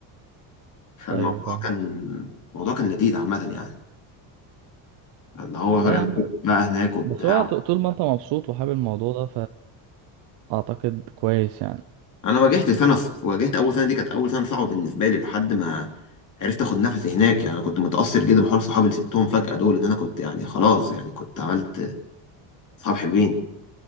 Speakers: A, on the left (about 40°); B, on the right (about 65°).
A: فالموضوع
B: ايوه فاهم
A: كان الموضوع كان لذيذ عامه يعني اللي هو
B: لا
A: يعني
B: يا عم
A: إيه بقى هناك وبتاع
B: بس هو ط- طول ما انت مبسوط وحابب الموضوع ده فاعتقد كويس يعني
A: انا واجهت سنه واجهت اول سنه دي كانت اول سنه صعبه بالنسبه لي لحد ما عرفت اخد نفسي هناك يعني انا كنت متاثر جدا بحوار صحابي اللي سبتهم فجاه دول ان انا كنت يعني خلاص يعني كنت عملت صحاب حلوين